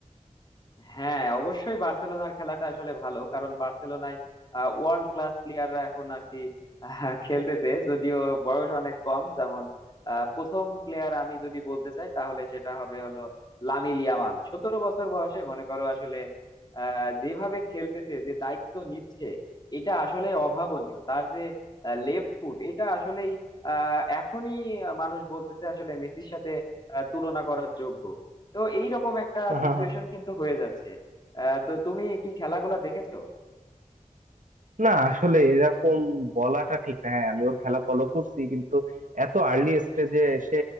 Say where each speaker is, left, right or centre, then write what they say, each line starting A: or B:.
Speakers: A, on the left; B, on the right.
A: হ্যাঁ অবশ্যই বার্সেলোনার খেলাটা আসলে ভালো কারণ বার্সেলোনায় ওয়ার্ল্ড ক্লাস প্লেয়াররা এখন আর কি আহ, খেলতেছে যদিও বয়স অনেক কম যেমন আহ, প্রথম প্লেয়ার আমি যদি বলতে চাই তাহলে সেটা হবে হলো লামিল ইয়ামাল সতেরো বছর বয়সে মনে করো আসলে আহ, যেভাবে খেলতেছে যে দায়িত্ব নিচ্ছে এটা আসলে অভাবনীয় তার যে লেফট ফুট এটা আসলেই আহ, এখনই মানুষ বলতেছে আসলে মেসির সাথে আহ, তুলনা করার যোগ্য তো এইরকম একটা
B: <laughs>
A: সিচুয়েশন কিন্তু হয়ে যাচ্ছে আহ তো তুমি কি খেলাগুলা দেখেছো
B: না আসলে এরকম বলাটা ঠিক না হ্যাঁ আমি ওর খেলা ফলো করছি কিন্তু এত আর্লি স্টেজে এসে